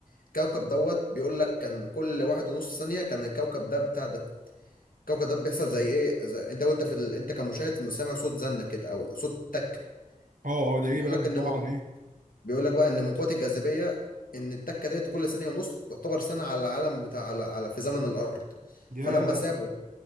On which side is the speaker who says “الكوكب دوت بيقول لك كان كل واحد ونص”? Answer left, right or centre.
Left